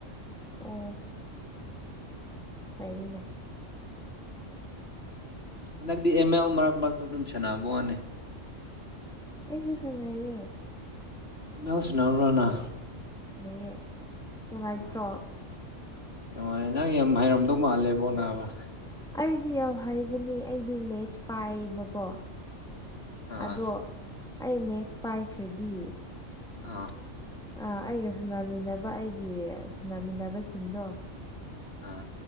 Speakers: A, in the centre; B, on the left (about 55°).
A: ꯑꯣ ꯐꯩꯅ
B: ꯍꯟꯗꯛꯇꯤ ꯑ ꯑꯦꯜ ꯃꯔꯛ ꯃꯔꯛꯇ ꯑꯗꯨꯝ ꯁꯦꯟꯅꯕ ꯋꯥꯅꯦ
A: ꯑꯩꯁꯤꯁꯅꯌꯦ
B: ꯃ ꯁꯅꯥ ꯔꯔꯥꯅ
A: ꯌꯦꯦ ꯅꯨꯡꯉꯥꯏꯇ꯭ꯔꯣ
B: ꯑꯥ ꯅꯨꯡꯉꯥꯏ ꯅꯪ ꯌꯥꯝ ꯍꯥꯏꯩꯔꯝꯗꯧ ꯃꯥꯜꯂꯦꯕꯣ ꯅꯥꯕ
A: ꯑꯩꯗꯤ ꯌꯥꯝ ꯍꯩꯕꯅꯦ ꯑꯩꯗꯤ ꯃꯦꯁ ꯄꯥꯏꯕꯀꯣ
B: ꯑꯥ
A: ꯑꯗꯣ ꯑꯩ ꯃꯦꯠꯁ ꯄꯥꯏꯈ꯭ꯔꯗꯤ
B: ꯑꯥ
A: ꯑ ꯑꯩꯒ ꯁꯥꯟꯅꯃꯤꯟꯅꯕ ꯑꯩꯒꯤ ꯁꯥꯟꯅꯃꯤꯟꯅꯕꯁꯤꯡꯗꯣ
B: ꯑꯥ